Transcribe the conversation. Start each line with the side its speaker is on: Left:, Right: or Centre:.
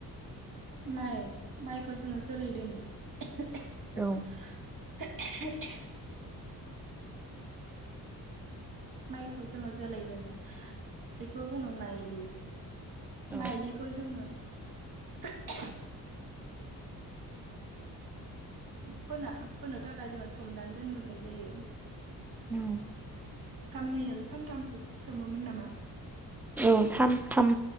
Right: माइ माइखौ जोङो जोलै दोनो। <unintelligible>
Centre: औ
Right: <unintelligible> माइखौ जोङो जोलै दोनो बेखौ बुङो माइलि।
Centre: औ
Right: माइलिखौ जोङो <unintelligible> फोना फोनो थाखाय जोङो सोमनानै दोनग्रोनाय जायो
Centre: औ
Right: साननै आरो सानथामसो सोमोमोन नामा?
Centre: औ सानथाम